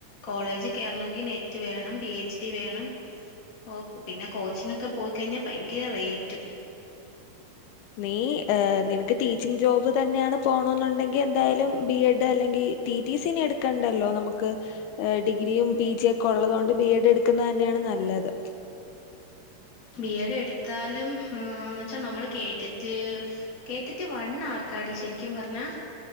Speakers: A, on the left; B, on the left.
A: കോളേജ് െങ്ക നെറ്റ് വേണം പി എച്ച് ഡി വേണംഓ പിന്നെ കോച്ചിംഗ ഒക്കെ പോയിക്കഴിഞ്ഞ ഭയങ്കര റേറ്റും
B: നീ നിനക്ക് ടീച്ചിങ് ജോബ് തന്നെയാണ് പോണോന്നുണ്ടെങ്കി എന്തായാലും ബി എഡ് അല്ലെങ്കിൽ ടി ടി സിനി എടുക്കണ്ടല്ലോ നമുക്ക് ഡിഗ്രിയും പി ജിയെക്കെ ഒള്ളതൊണ്ട് ബി എഡ് എടുക്കുന്ന തന്നെയാ ണ് നല്ലത്
A: ബി എഡ് എടുത്താലും ആ ആന്ന് വച്ചാ നമ്മള് കേട്ടിട്ട് കേട്ടിട്ട് വണ്ാർക്കാടി ശരിക്കും പറഞ്ഞാ